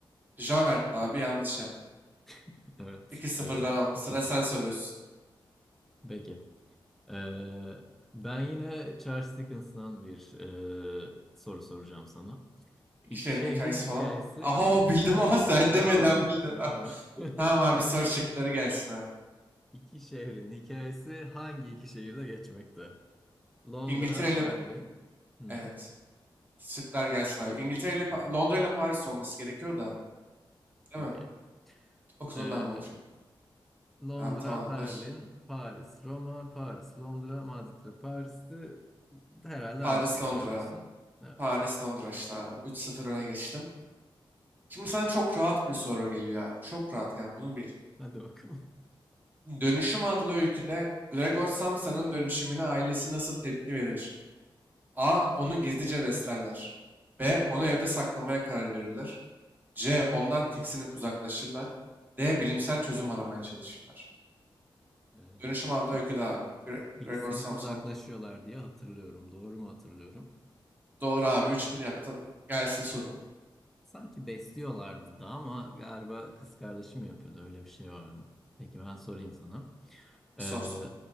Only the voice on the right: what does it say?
Javert'ti abi yanlış yaptın.
2 sıfır
devam. Sıra
sen soruyorsun.
İki
şehrin
hikayesi
falan mı? Aha
bildim
ama sen
demeden bildin.
<laughs>
Tamam abi
soru şıkları gelsin abi.
İngiltere ile...
Evet. Şıklar gelsin abi. İngiltere ile... Pa- Londra ile Paris olması gerekiyor da. Değil
mi? Okudum
ben bunu çünkü.
Abi tamamdır.
Paris
Londra.
Paris Londra işte abi. 3-0 öne geçtim. Şimdi sana çok rahat bir soru geliyor abi. Çok rahat yani bunu bil.
Dönüşüm adlı öyküde Gregor Samsa'nın dönüşümüne ailesi nasıl tepki verir? A. Onu gizlice beslerler. B. Onu
evde saklamaya karar verirler. C. Ondan tiksinip uzaklaşırlar. D. Bilimsel çözüm aramaya çalışırlar.
Dönüşüm adlı
öyküde abi. Gre-
Gregor Samson.
Doğru abi. üç 1 yaptın. Gelsin sorun.
Sor sor.